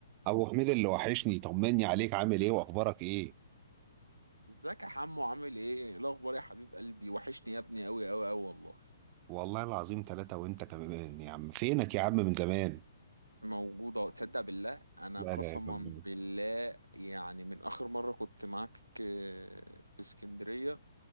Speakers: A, on the right (about 30°); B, on the right (about 80°).
A: ابو حميد اللي وحشني طمني عليك عامل ايه واخبارك ايه
B: ازيك يا حمو عامل ايه إيه الاخبار يا حبيب قلبي وحشني يا ابني قوي قوي قوي والله
A: والله العظيم ثلاثة وانت كمان يا عم فينك يا عم من زمان
B: موجودة تصدق بالله انا
A: لا
B: قسما
A: لا يا جميل.
B: بالله يعني من اخر مرة كنت معاك آه، في اسكندرية